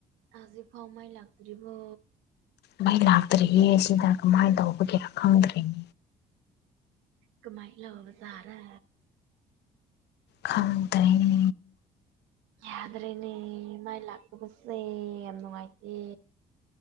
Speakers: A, on the right (about 75°); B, on the left (about 55°).
A: ꯍꯧꯖꯤꯛꯐꯥꯎ ꯃꯩ ꯂꯥꯛꯇ꯭ꯔꯤꯕꯣ?
B: ꯃꯩ ꯂꯥꯛꯇ꯭ꯔꯤꯌꯦ ꯁꯤꯗ ꯀꯃꯥꯏꯅ ꯇꯧꯕꯒꯤꯔ ꯈꯪꯗ꯭ꯔꯦꯅꯦ
A: ꯀꯃꯥꯏ ꯂꯧꯕꯖꯥꯠꯂꯥ
B: ꯈꯣꯗ꯭ꯔꯦꯅꯦ
A: ꯌꯥꯗ꯭ꯔꯦꯅꯦ ꯃꯩ ꯂꯥꯛꯇꯕꯁꯦ ꯌꯥꯝ ꯅꯨꯡꯉꯥꯏꯇꯦ꯫